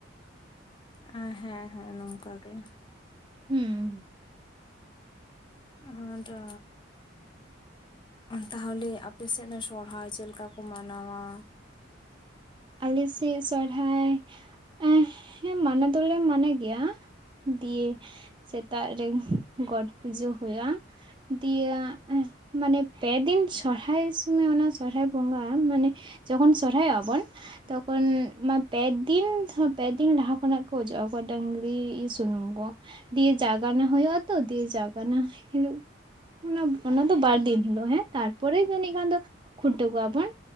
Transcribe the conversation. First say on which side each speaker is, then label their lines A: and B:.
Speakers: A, on the left (about 25°); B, on the right (about 25°).
A: ᱦᱮᱸ ᱦᱮᱸ ᱱᱚᱝᱠᱟ ᱜᱮ
B: ᱦᱩᱸ
A: ᱚᱦ ᱟᱫᱚ ᱟᱨ ᱛᱟᱦᱚᱞᱮ ᱟᱯᱮᱥᱮᱫ ᱫᱚ ᱥᱚᱨᱦᱟᱭ ᱪᱮᱫ ᱞᱮᱠᱟ ᱠᱚ ᱢᱟᱱᱟᱣᱟ?
B: ᱟᱞᱮᱥᱮᱫ ᱥᱚᱨᱦᱟᱭ ᱮ ᱦᱮᱸ ᱢᱟᱱᱟ ᱫᱚᱞᱮ ᱢᱟᱱᱟ ᱜᱮᱭᱟ ᱫᱤᱭᱮ ᱥᱮᱛᱟᱜ ᱨᱮ ᱜᱚᱴ ᱯᱩᱡᱟᱹ ᱦᱩᱭᱟ ᱫᱤᱭᱮ ᱟ ᱢᱟᱱᱮ ᱯᱮᱫᱤᱱ ᱥᱚᱨᱦᱟᱭ ᱥᱩᱢᱟᱹᱭ ᱚᱱᱟ ᱥᱚᱨᱦᱟᱭ ᱵᱚᱸᱜᱟ ᱢᱟᱱᱮ ᱡᱚᱠᱷᱚᱱ ᱥᱚᱨᱦᱟᱭᱚᱜ-ᱟ ᱵᱚᱱ ᱛᱚᱠᱷᱚᱱ ᱢᱟ ᱯᱮᱫᱤᱱ ᱯᱮᱫᱤᱱ ᱞᱟᱦᱟ ᱠᱷᱚᱱᱟᱜ ᱠᱚ ᱚᱡᱚᱜ ᱟᱠᱚ ᱰᱟᱺᱝᱨᱤ ᱥᱩᱱᱩᱢ ᱠᱚ ᱫᱤᱭᱮ ᱡᱟᱜᱟᱱᱟ ᱦᱩᱭᱩᱜᱼᱟ ᱛᱚ ᱫᱤᱭᱮ ᱡᱟᱜᱟᱱᱟ ᱦᱤᱞᱚᱜ ᱚᱱᱟ ᱚᱱᱟ ᱫᱚ ᱵᱟᱨ ᱫᱤᱱ ᱦᱤᱞᱚᱜ ᱦᱮᱸ ᱛᱟᱨᱯᱚᱨᱮ ᱡᱟᱹᱱᱤᱡ ᱠᱷᱟᱱ ᱫᱚ ᱠᱷᱩᱱᱴᱟᱹᱣ ᱠᱚᱣᱟ ᱵᱚᱱ